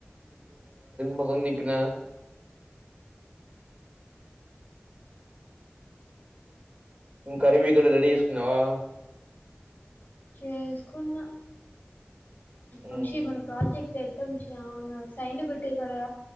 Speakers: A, on the right (about 30°); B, on the left (about 45°).
A: మొత్తం తిప్పిన కరిబ క రడిీస్తున్నావా
B: చేసుకున్న
A: హ్మ్
B: వంశి మన ప్రాజెక్ట్ అవున సైన్ పెట్టే కడా